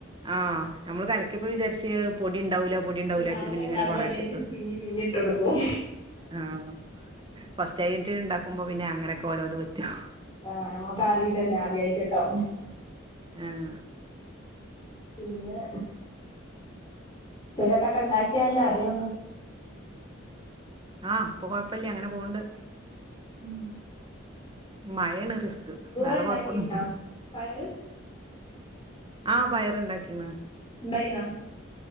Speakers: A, on the right; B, on the left.
A: ആഹ് നമ്മള് കലിക്ക പ്പോ വിചാരിച്ച പൊടി ഉണ്ടാവൂല പൊടി ഉണ്ടാവൂല
B: ഇണ്ടാവൂല
A: ഇച്ചിരി പിന്നങ്ങനെ
B: ഇണ്ടാവൂല
A: കൊറേശേ
B: വിചാരിച്ചിട്ട്
A: ഇട്ട്
B: പിന്നിം പിന്നിം ഇട്ട് കൊടുക്കും
A: ആഹ് ഫസ്റ്റ് ആയിട്ട് ഉണ്ടാക്കുമ്പോ പിന്നെ അങ്ങനെയൊക്കെ ഓരോത് പറ്റും
B: ആഹ് നമുക്കറിയില്ലല്ലേ ആദ്യമായിട്ടൊക്കെ ആകും
A: ആഹ്
B: പിന്നെ ഇതൊക്കെ ഉണ്ടാക്കിയല്ലോ അറിയുള്ളൂ
A: ആഹ് ഇപ്പൊ കൊഴപ്പില്ല അങ്ങനെ പോവണ്ട്.
B: ഉം
A: മഴാണ് റിസ്ക്ക്
B: ഇങ്ങള്
A: വേറെ
B: ഇണ്ടാക്കിയിരുന്നാ
A: കൊഴപ്പൊന്നുല്ല
B: പയറ്
A: ആഹ് പയറുണ്ടാക്കിന്ന്
B: ബൈ ന്നാ